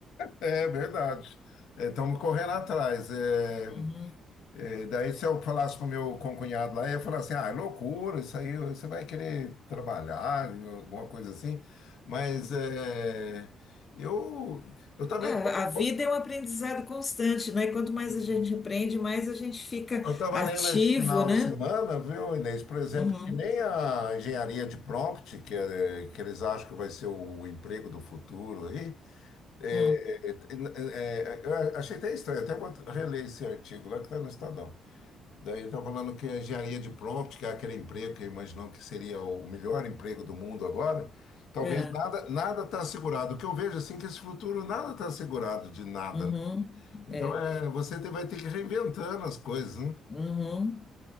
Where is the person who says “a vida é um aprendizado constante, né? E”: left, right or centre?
Left